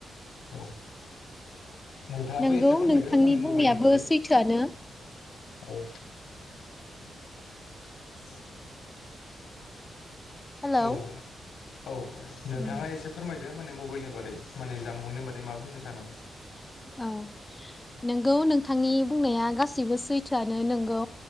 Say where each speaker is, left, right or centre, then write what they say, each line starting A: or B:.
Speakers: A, on the left; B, on the left.
A: औ। नोंथाङाबो
B: नंगौ
A: एसे फोरमायदो
B: नोंथांनि
A: माने
B: बुंनायाबो
A: मबाइलनि बारै,
B: सैथोआनो
A: औ औ
B: हेलौ
A: औ। औ नोंथाङा
B: उम
A: एसे फोरमाय? दो माने मबाइलनि बारै माने जामबुंनि बारै मा बुंनो सानो?
B: औ नोंगौ नों थांनि बुंनाया गाससिबो सैथोआनो नोंगौ